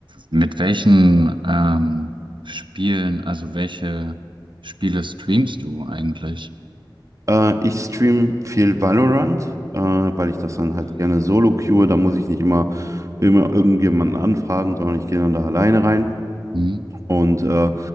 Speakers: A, on the right; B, on the right.
A: mit welchen ähm, Spielen, also welche Spiele streamst du eigentlich?
B: Äh, ich stream viel Valorant, äh, weil ich das dann halt gerne
A: Ähm,
B: solo queue. Da muss ich nicht immer, immer irgendjemanden anfragen, sondern ich gehe dann da alleine rein.
A: hm?
B: Und äh,